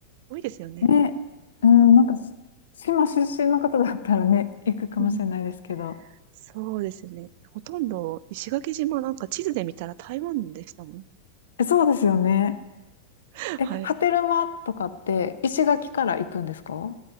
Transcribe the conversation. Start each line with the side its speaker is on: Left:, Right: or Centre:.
Right: 多いですよね。
Left: ね、うん、なんかし、島出身の方だったらね、行くかもしれないですけど。
Right: うん。そうですよね。ほとんど石垣島なんか地図で見たら台湾でしたもん。
Left: え、そうですよね。
Right: <laughs>
Left: え、
Right: はい。
Left: 波照間とかって、石垣から行くんですか